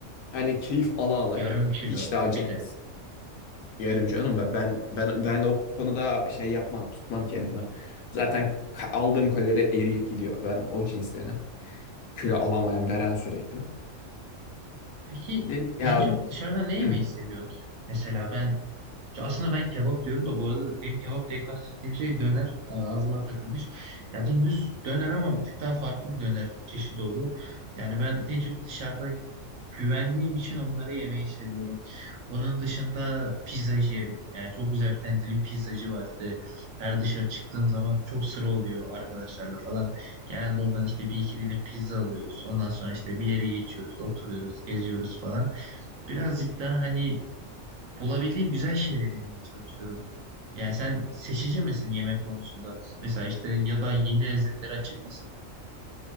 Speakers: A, on the left (about 80°); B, on the right (about 85°).
A: Hani keyif ala ala
B: Yarım
A: yerim.
B: kilo
A: Hiç de acı
B: bir de
A: yerim canım ben ben ben ben o konuda şey yapmam tutmam kendimi. Zaten ka- aldığım kalori eriyip gidiyor. Ben o cinstenim. Kilo alamayan veren sürekli.
B: Peki
A: De- ya
B: en çok dışarıda ne yemeyi
A: hı.
B: seviyorsun? Mesela ben ya aslında ben kebap diyorum da bu arada benim kebap diye kastettiğim şey döner e, ağzıma takılmış. Ya düz döner ama bir tık daha farklı bir döner çeşidi oluyor. Yani ben en çok dışarıda güvendiğim için onları yemeyi seviyorum. Onun dışında pizzacı yerim. Yani çok güzel bir tane dilim pizzacı vardı. Her dışarı çıktığım zaman çok sıra oluyor arkadaşlarla falan. Genelde oradan işte bir iki dilim pizza alıyoruz. Ondan sonra işte bir yere geçiyoruz, oturuyoruz, geziyoruz falan. Birazcık daha hani bulabildiğim güzel şeyleri yemeye çalışıyorum. Yani sen seçici misin yemek konusunda? Mesela işte ya da yeni lezzetlere açık mısın?